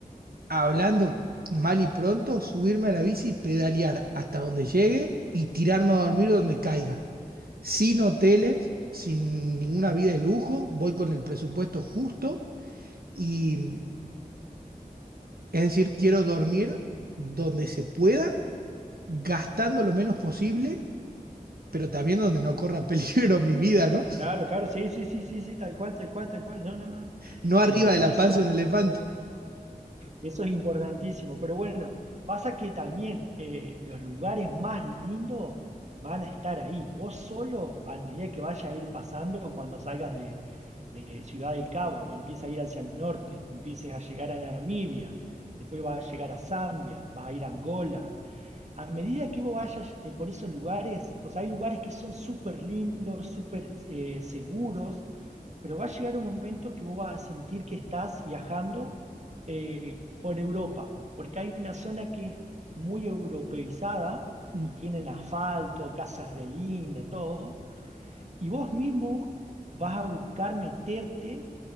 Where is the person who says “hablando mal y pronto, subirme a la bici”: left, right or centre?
Right